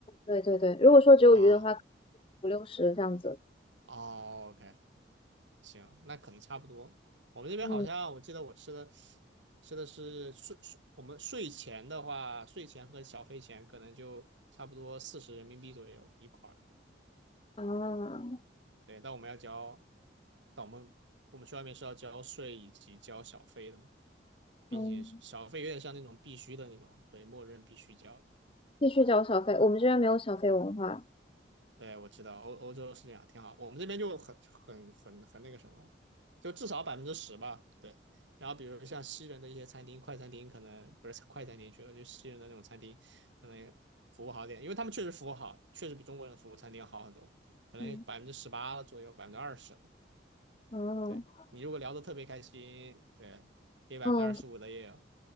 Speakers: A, on the left; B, on the right.
A: 对对对，如果说只有鱼的话，
B: 啊？
A: 五六十这样子。
B: 哦，OK，行，那可能差不多。我们这边好像我记得我吃的
A: 嗯
B: 吃的是税税，我们税前的话，税前和小费前可能就差不多四十人民币左右一块
A: 啊，
B: 对，但我们要交，但我们我们去外面是要交税以及交小费的嘛，并且小费有点像那种必须的那种，
A: 嗯，
B: 对，默认必须交的。
A: 必须交小费，我们这边没有小费文化。
B: 对，我知道欧欧洲是这样，挺好。我们这边就很很很很那个什么，就至少百分之十吧。对，然后比如像西人的一些餐厅、快餐厅，可能不是快餐厅去了，就西人的那种餐厅，可能服务好点，因为他们确实服务好，确实比中国人的服务餐厅要好很多，可能百分之十八左右，
A: 嗯
B: 百分之二十。
A: 哦
B: 对你如果聊的特别开心，对，给百分之二十五的也有，
A: 嗯